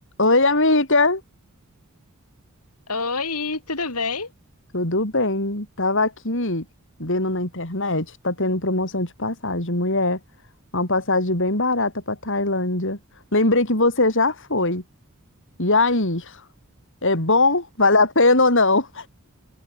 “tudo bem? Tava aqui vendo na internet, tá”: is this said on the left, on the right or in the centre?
Left